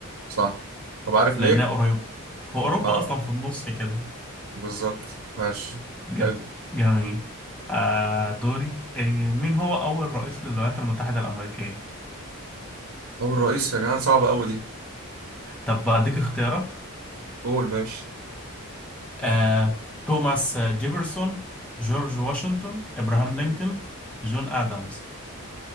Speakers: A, on the right (about 65°); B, in the centre.
A: صح طب عارف
B: لأنها
A: ليه
B: قريبة في أوروبا
A: اه
B: أصلا في النص كده
A: بالظبط ماشي
B: ج-
A: حلو
B: جميل آه دوري آه مين هو أول رئيس للولايات المتحدة الأمريكية؟
A: أول رئيس يا جماعة صعبة أوي دي
B: طب أديك اختيارات
A: قول ماشي
B: آه توماس جيفرسون جورج واشنطن إبراهام لينكولن جون آدمز